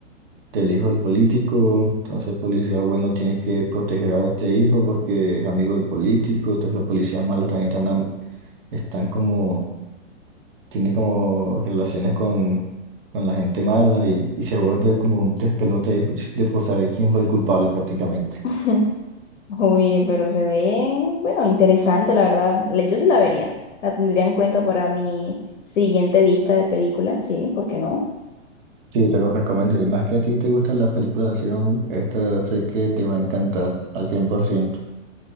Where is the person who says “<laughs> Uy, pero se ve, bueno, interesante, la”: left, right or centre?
Left